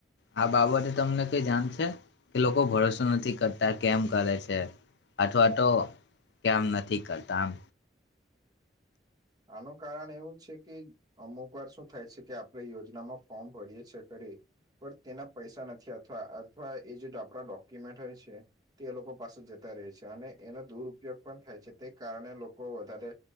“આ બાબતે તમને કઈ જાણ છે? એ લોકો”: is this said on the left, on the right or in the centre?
Left